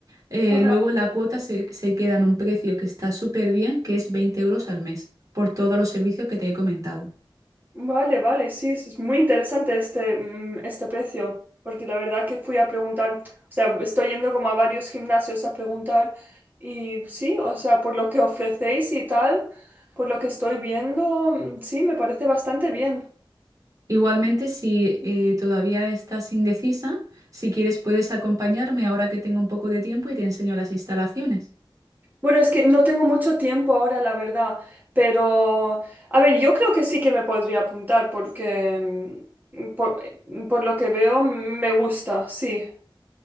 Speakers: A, on the right; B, on the right.
A: eh,
B: Ajá.
A: luego la cuota se, se queda en un precio que está súper bien, que es 20 euros al mes, por todos los servicios que te he comentado.
B: Vale, vale, sí, es es muy interesante este, mm, este precio, porque la verdad que fui a preguntar, o sea, estoy yendo como a varios gimnasios a preguntar y sí, o sea, por lo que ofrecéis y tal, por lo que estoy viendo, mm, sí, me parece bastante bien.
A: Igualmente, si eh, todavía estás indecisa, si quieres puedes acompañarme ahora que tengo un poco de tiempo y te enseño las instalaciones.
B: Bueno, es que no tengo mucho tiempo ahora, la verdad, pero a ver, yo creo que sí que me podría apuntar porque mm, por por lo que veo me gusta, sí.